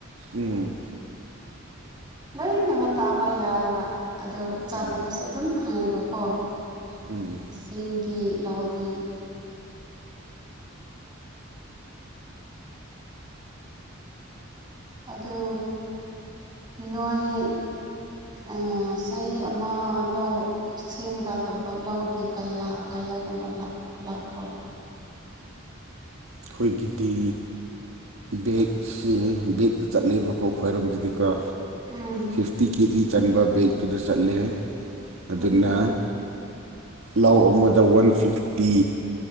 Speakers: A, on the right (about 70°); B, on the right (about 20°).
A: ꯎꯝ꯫
B: ꯂꯣꯏꯅꯃꯛ ꯇꯥꯕ ꯌꯥꯏꯕ ꯑꯗꯨ ꯆꯥꯅꯕꯁꯨ
A: ꯎꯝ
B: ꯑꯗꯨꯝ ꯐꯪꯉꯦꯕꯀꯣ꯫
A: ꯎꯝ꯫
B: ꯆꯤꯡꯒꯤ ꯂꯧꯗꯤ꯫ ꯑꯗꯨ ꯅꯣꯏ꯫ ꯑꯥ ꯆꯍꯤ ꯑꯃ ꯂꯧ꯫ ꯆꯤꯡꯗ ꯇꯧꯕ ꯂꯧꯒꯤ ꯀꯌꯥ ꯀꯌꯥꯒꯨꯝꯕ ꯂꯥꯛ ꯂꯥꯛꯄ꯭ꯔꯣ꯫
A: ꯑꯩꯈꯣꯏꯒꯤꯗꯤ꫰꫰ ꯕꯦꯛꯁꯤ ꯕꯦꯛꯇ ꯆꯠꯂꯦꯕꯀꯣ ꯈ꯭ꯋꯥꯏꯔꯣꯝꯗꯗꯤꯀꯣ꯫
B: ꯎꯝ꯫
A: ꯐꯤꯐꯇꯤ ꯀꯦꯖꯤ ꯆꯟꯕ ꯕꯦꯛꯇꯨꯗ ꯆꯠꯂꯦ ꯑꯗꯨꯅ꯫
B: ꯎꯝ
A: ꯂꯧ ꯑꯃꯗ ꯋꯥꯟ ꯐꯤꯐꯇꯤ꯫